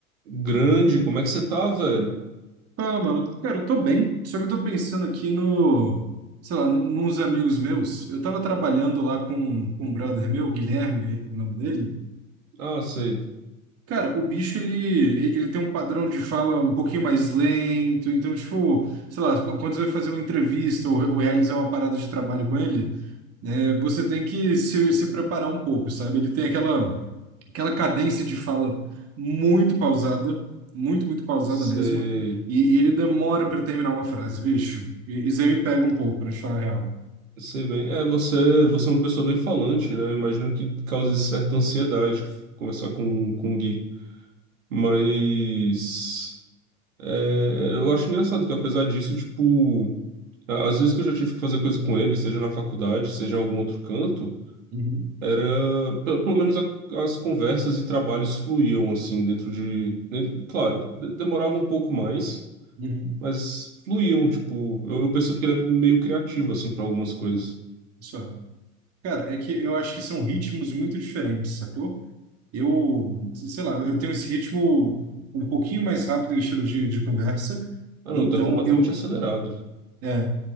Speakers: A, on the right (about 70°); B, on the right (about 35°).
A: Grande, como é que você tá, velho?
B: Fala, mano. Cara, eu tô bem, só que eu tô pensando aqui no, sei lá, nu- nos amigos meus. Eu tava trabalhando lá com, com um brother meu, Guilherme, o nome dele.
A: Ah, sei,
B: Cara, o bicho, ele, ele tem um padrão de fala um pouquinho mais lento, então, tipo, sei lá, qu- quando você vai fazer uma entrevista ou, ou realizar uma parada de trabalho com ele, né, você tem que se, se preparar um pouco, sabe? Ele tem aquela aquela cadência de fala muito pausada, muito, muito pausada
A: sei,
B: mesmo, e, e ele demora para terminar uma frase, bicho. E, isso aí me pega um pouco, para te falar a real.
A: sei bem. É, você, você é uma pessoa bem falante, né? Imagino que cause certa ansiedade conversar com, com o Gui. Mas é, eu acho engraçado que apesar disso, tipo, a- às vezes que eu já tive que fazer coisa com ele, seja na faculdade, seja em algum outro canto,
B: Uhum,
A: era, pe- pelo menos a- as conversas e trabalhos fluíam assim dentro de, dentro- claro, de- demorava um pouco mais.
B: uhum.
A: Mas fluíam, tipo, eu, eu percebo que ele é meio criativo, assim, pra algumas coisas.
B: Isso é. Cara, é que eu acho que são ritmos muito diferentes, sacou? Eu, sei lá, eu tenho esse ritmo um pouquinho mais rápido em estilo de, de conversa,
A: Ah,
B: então
A: não, tá completamente
B: eu,
A: acelerado.
B: é,